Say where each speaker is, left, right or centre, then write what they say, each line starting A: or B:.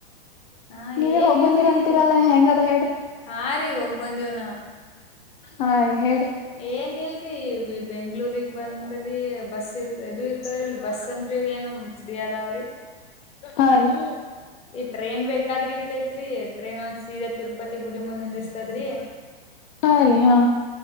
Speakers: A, on the left; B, on the left.
A: ಹಾ
B: ನೀವ
A: ಏನಿಲ್ರಿ
B: ಹೋಗ್ ಬಂದಿರ ಅಂತೀರಲ್ಲ ಹೆಂಗ ಅದ ಹೇಳ್ರಿ
A: ಹಾ ರೀ ಹೋಗ್ ಬಂದೇವ್
B: ಹಾ ರೀ ಹೇ
A: ಏನಿಲ್ಲ ರೀ ಬೆಂಗ್ಗಳೂಗ್ ಬಂದ್ರೀ ಬಸ್ ಇರ್ ಇದು ಇರ್ತದಲ್ರಿ
B: ಅಯ್ಯೋ
A: ಬಸ್ ಅಂತ್ರಿ ಏನ ಫ್ರೀ ಅದಾವ್ರೀ
B: ಹಾರೀ
A: ಈ ಟ್ರೇನ್ ಬೇಕಾದ್ರಿ ಇರ್ತತ್ರಿ ಟ್ರೇನ್ ಒಂದ್ ಸೀದಾ ತಿರುಪತಿ ಗುಡಿ ಮುಂದೆ ನಿಂದ್ರಸತೈತಿ ಇರ್ತದ್ರಿ
B: ಹಾ ರೀ ಹಾ